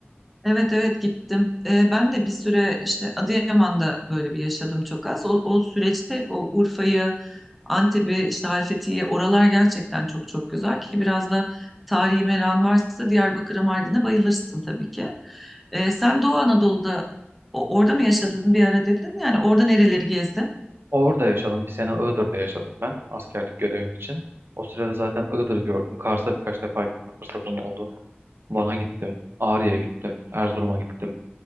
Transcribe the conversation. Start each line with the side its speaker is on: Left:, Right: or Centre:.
Centre: Evet evet gittim. Ee, ben de bir süre işte Adıyaman'da böyle bir yaşadım çok az. O, o süreçte hep o Urfa'yı, Antep'i, işte Halfeti'yi oralar gerçekten çok çok güzel ki biraz da tarihi meran varsa Diyarbakır'a, Mardin'e bayılırsın tabii ki. Ee, sen Doğu Anadolu'da o- orada mı yaşadın bir ara dedin? Yani orada nereleri gezdin?
Right: Orada yaşadım. Bir sene Iğdır'da yaşadım ben askerlik görevim için. O sırada zaten Iğdır'ı gördüm. Kars'a birkaç defa gitme fırsatım oldu. Van'a gittim. Ağrı'ya gittim. Erzurum'a gittim.